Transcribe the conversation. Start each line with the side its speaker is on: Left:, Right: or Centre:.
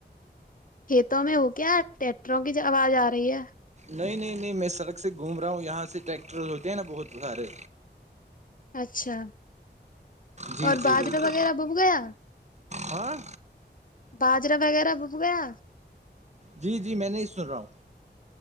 Left: کھیتوں میں ہو کیا ٹیکٹروں کی آواز آ رہی ہے
Right: نہیں نہیں نہیں میں سڑک سے گھوم رہا ہوں یہاں سے ٹریکٹر ہوتے ہیں نا بہت سارے
Left: اچھا
Right: جی
Left: اور
Right: جی
Left: بادرو
Right: بالکل
Left: وغیرہ بک گیا
Right: ہاں
Left: باجرا وغیرہ بب گیا
Right: جی جی میں نہیں سن رہا ہوں